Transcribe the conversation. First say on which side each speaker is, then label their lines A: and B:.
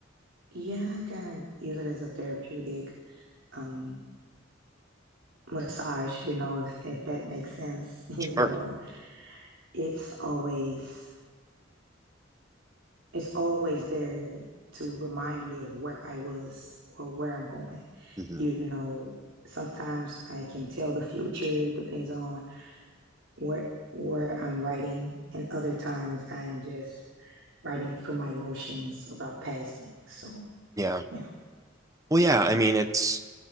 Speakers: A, on the right; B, on the right.
A: Yeah, I kind of use it as a therapeutic um massage, you know, if if that makes sense, <laughs> you
B: Sure.
A: know. It's always it's always there to remind me of where I was or where I'm going.
B: hmm
A: You know, sometimes I can tell the future depends on where where I'm writing, and other times I'm just writing from my emotions about past things. So
B: Yeah.
A: yeah,
B: Well, yeah, I mean, it's